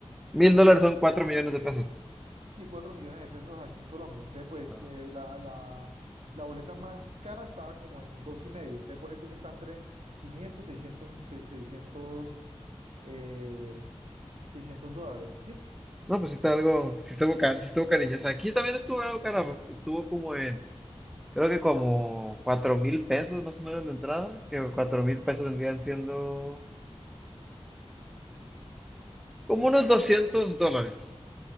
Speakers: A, in the centre; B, on the right.
A: Mil dólares son cuatro millones de pesos.
B: sí, 4 millones de pesos aquí en Colombia. Entonces, pues
A: Ah,
B: eh, la, la, la boleta más cara estaba como en dos y medio. Entonces, pone tú que está entre 500 600 se- 600 eh, 600 dólares, ¿sí?
A: No, pues sí está algo, sí estuvo, car- sí estuvo cariñosa. Aquí también estuvo algo cara, estuvo como en, creo que como cuatro mil pesos más o menos de entrada, que cuatro mil pesos vendrían siendo como unos 200 dólares.